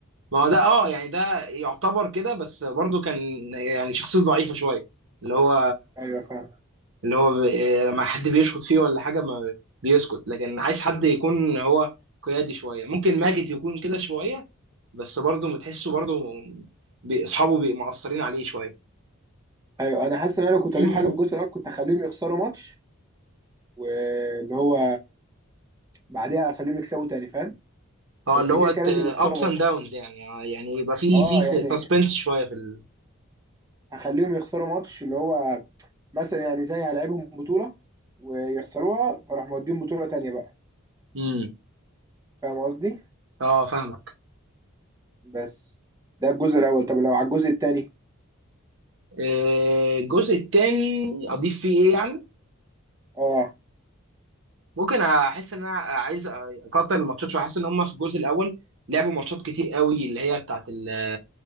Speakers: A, on the right; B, on the right.
A: ما هو ده اه يعني ده يعتبر كده بس برضه كان يعني شخصيه ضعيفه شويه اللي هو
B: ايوه فاهم
A: اللي هو ب- إيه، لما حد بيشخط فيه ولا حاجه ما بيسكت لكن عايز حد يكون هو قيادي شويه ممكن ماجد يكون كده شويه بس برضه بتحسه برضه بي- اصحابه بي- مقصرين عليه شويه
B: ايوه انا حاسس ان انا لو كنت
A: <laughs>
B: هضيف حاجه في الجزء الاول كنت هخليهم يخسروا ماتش واللي هو بعديها اخليهم يكسبوا تاني فاهم
A: اه
B: بس
A: اللي هو
B: كده كده لازم
A: ابس
B: يخسروا ماتش
A: اند داونز يعني آه، يعني يبقى في
B: اه
A: في سسبنس
B: يعني
A: شويه في ال...
B: هخليهم يخسروا ماتش اللي هو مثلا يعني زي هلعبهم بطولة ويخسروها فراح موديهم بطولة تانية بقى
A: امم
B: فاهم قصدي
A: اه فاهمك
B: بس ده الجزء الاول طب لو على الجزء التاني
A: آه، الجزء التاني اضيف فيه ايه يعني
B: اه
A: ممكن احس ان انا عايز اقطع الماتشات شويه حاسس ان هم في الجزء الاول لعبوا ماتشات كتير قوي اللي هي بتاعت ال-